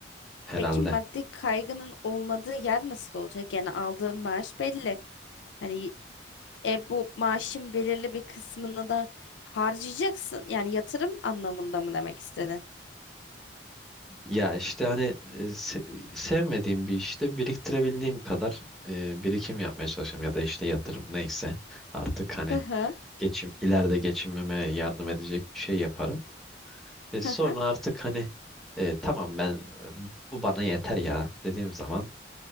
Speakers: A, in the centre; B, on the left (about 85°).
A: herhalde.
B: Peki maddi kaygının olmadığı yer nasıl olacak? Yani aldığım maaş belli. Hani e, bu maaşın belirli bir kısmını da harcayacaksın. Yani yatırım anlamında mı demek istedin?
A: Ya işte hani e, se- sevmediğim bir işte biriktirebildiğim kadar e, birikim yapmaya çalışırım ya da işte yatırım neyse artık hani
B: Hı hı.
A: geçim ileride geçinmeme yardım edecek bir şey yaparım. E, sonra
B: Hı hı.
A: artık hani e, tamam ben e, bu bana yeter ya dediğim zaman